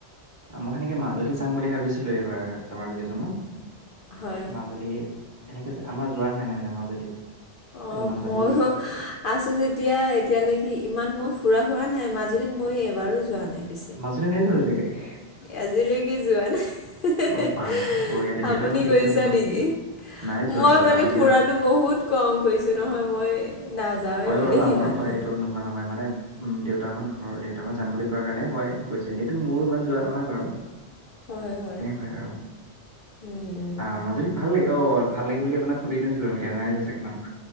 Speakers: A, on the right; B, on the left.
A: মই সেনেকে মাজুলী যাম বুলি ভাবিছোঁ। এইবাৰ চামাৰ ভেকেশনত
B: হয়
A: মাজুলী। এনেকে যে আমাৰ যোৱা হয় নাই মানে মাজুলী।
B: অ
A: ত মাজুলী
B: মইয়ো। আছো যেতিয়া এতিয়ালৈকে ইমান মোৰ ফুৰা হোৱা নাই মাজুলীত মই এবাৰো যোৱা নাই পিছে।
A: মাজুলি নাই যোৱা এতিয়ালৈকে।
B: আজিলৈকে যোৱা নাই হৈ
A: অ
B: ও
A: বা বঢ়িয়া তেতিয়াহ'লে
B: আপুনি
A: মই ঠিকে
B: গৈছে
A: আছো ন
B: নেকি।
A: নাই যোৱাতো
B: মই
A: যাম
B: মানে
A: বুলি
B: ফুৰাটো বহুত কম কৰিছো নহয় মই নাযাওৱে
A: হয়
B: মানে
A: বাৰু
B: সিমান।
A: আমাৰো হয় এইটো নোহোৱা নহয় মানে। উম দেউতাহত ঘৰৰ দেউতাহত যাম বুলি কোৱা কাৰণে মই গৈছো এনেতো মোৰো ইমান যোৱা নহয় বাৰু।
B: হয় হয়।
A: পায় আৰু।
B: উম,
A: আহ মাজুলীত ভাল লাগে অ ভাল লাগে বুলি আপোনাক সুধি নো কি কৰিম এতিয়া নাই যোৱা চাগে ন।